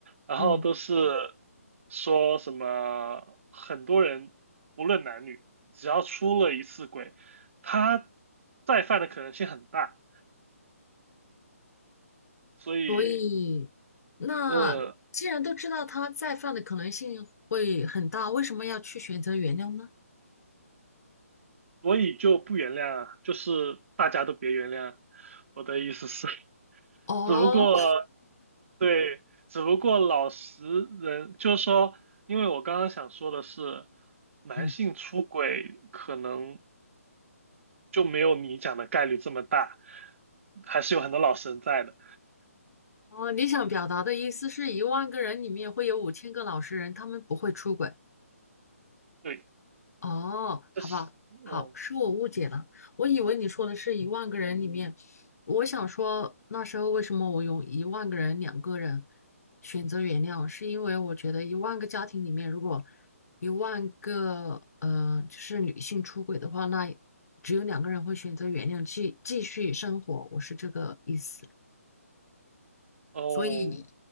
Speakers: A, on the right; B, on the left.
A: 然后都是
B: 嗯，
A: 说什么很多人不论男女，只要出了一次轨，他再犯的可能性很大，所以
B: 所以那既然都知道他再犯的可能性会很大，
A: 呃，
B: 为什么要去选择原谅呢？
A: 所以就不原谅啊，就是大家都别原谅啊我的意思是，<laughs>
B: 哦，
A: 只不过对，只不过老实人就是说，因为我刚刚想说的是，男性出轨可能。
B: 嗯，
A: 就没有你讲的概率这么大，还是有很多老神在的。
B: 哦，你想表达的意思是一万个人里面会有五千个老实人，他们不会出轨。
A: 对，
B: 哦，好吧，
A: 这是，嗯，
B: 好，是我误解了，我以为你说的是一万个人里面，我想说那时候为什么我用一万个人、两个人选择原谅，是因为我觉得一万个家庭里面，如果一万个呃就是女性出轨的话，那只有两个人会选择原谅，继继续生活，我是这个意思，
A: 哦，
B: 所以